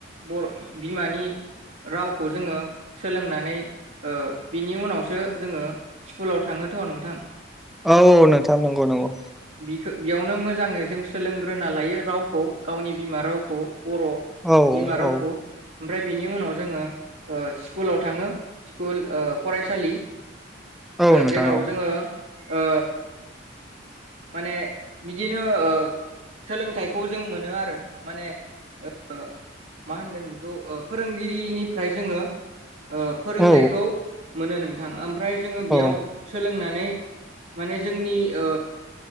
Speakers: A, on the right; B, in the centre.
A: बर' बिमानि रावखौ जोङो सोलोंनानै ओ बिनि उनावसो जोङो स्कुलाव थाङोथ नोंथां।
B: औ औ नोंथां नोंगौ नोंगौ।
A: खो बियावनो मोजाङै जों सोलोंग्रोना लायो रावखौ गावनि बिमा रावख खौ। बर'
B: औ
A: बिमा रावखौ।
B: औ
A: ओमफ्राय बिनि उनाव जोङो ओ स्कुलाव थाङो स्कुल ओ फरायसालि।
B: औ नोंथां
A: जेराव
B: औ
A: जोङो। ओ माने बिदिनो ओ सोलोंथाइखौ जों मोनो आरो। माने ओ मा होनगोन बेखौ फोरोंगिरिनिफ्राय जोंङो। ओ फोरोंनायखौ।
B: औ
A: मोनो नोंथां ओमफ्राय। जोङो बियाव
B: औ
A: सोलोंनानै माने जोंनि ओ।